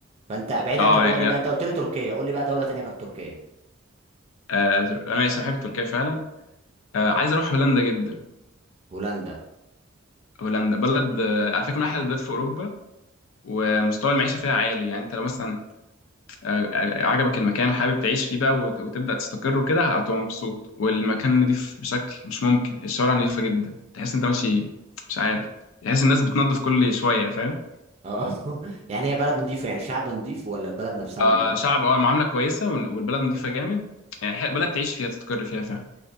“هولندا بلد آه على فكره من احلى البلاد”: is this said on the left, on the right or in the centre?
Left